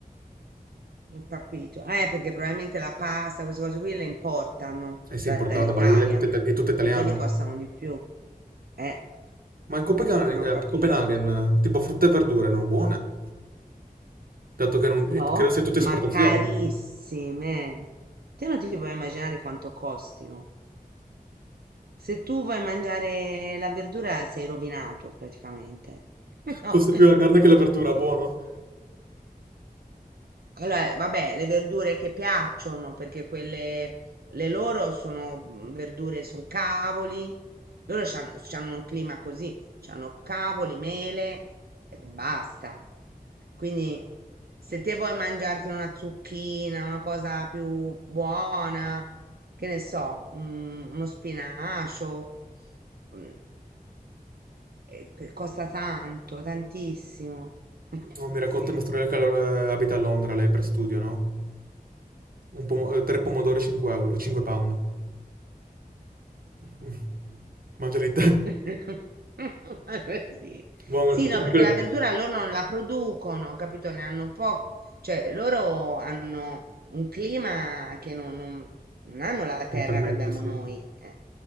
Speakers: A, on the right; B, on the right.
A: ho capito. Eh, perché probabilmente la pasta, queste cose qui le importano
B: E se
A: da-
B: è importata,
A: dall'Italia
B: Barile, è tutta, ita- è tutta italiana.
A: e quindi costano di più. Eh,
B: Ma in Copenaghen,
A: non ho
B: eh,
A: capito.
B: Copenaghen, eh, tipo frutta e verdure, non buone. Dato che non,
A: No,
B: eh, credo sia tutta esportazione.
A: ma carissime. Te non ti puoi immaginare quanto costino. Se tu vuoi mangiare la verdura sei rovinato praticamente. <laughs> No,
B: Costa più la carne che la verdura,
A: sì.
B: buono.
A: Allora, vabbè, le verdure che piacciono, perché quelle, le loro sono mm, verdure, sono cavoli, loro c'hanno, c'hanno un clima così, c'hanno cavoli, mele e basta. Quindi se te vuoi mangiarti una zucchina, una cosa più buona, che ne so, un- uno spinacio, mm, eh, che costa tanto, tantissimo. <laughs>
B: No, mi racconta
A: Sì.
B: mia sorella che eh, abita a Londra, lei per studio, no? Un pomo- eh, tre pomodori 5 euro, 5 pound. <laughs> Mangia lì te.
A: <laughs> Sì.
B: Buono,
A: Sì,
B: comunque...
A: no, perché la verdura loro non la producono, capito? Ne hanno poco, cioè loro hanno un clima che non, non- non hanno la terra
B: Mi permette,
A: che abbiamo
B: sì.
A: noi, eh,